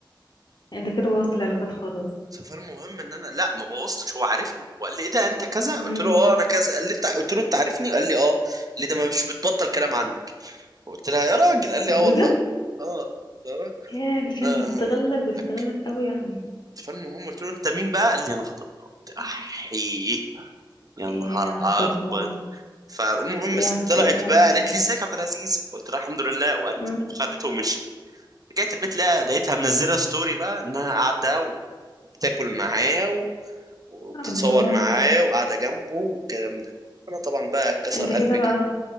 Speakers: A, on the left; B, on the right.
A: انت كده بوظت العلاقات خالص
B: فالمهم ان انا لا ما بوظتش هو عارفني وقال لي ايه ده انت كذا
A: امم
B: قلت له اه انا كذا قال لي انت قلت له انت عارفني قال لي اه قال لي ده ما مش بتبطل كلام عنك قلت لها يا راجل قال لي
A: بجد
B: اه والله اه فاهمة؟
A: يا دي كانت
B: اه
A: بتستغلك بتستغلك
B: أك-
A: قوي يعني
B: فالمهم قلت له انت مين بقى قال لي انا خطيبها قلت احي يا نهار
A: ايه يا الصدمة
B: أبيض فالمهم
A: يا الصدمة
B: طلعت بقى قالت لي ازيك يا عبد العزيز قلت لها الحمد لله وقالت
A: مم.
B: وخدته ومشيت رجعت البيت لا لقيتها منزله ستوري بقى انها قاعده وبتاكل معاه و- وبتتصور
A: الله
B: معاه وقاعده جنبه والكلام ده انا طبعا بقى اتكسر
A: انت
B: قلبي
A: كده بقى
B: كده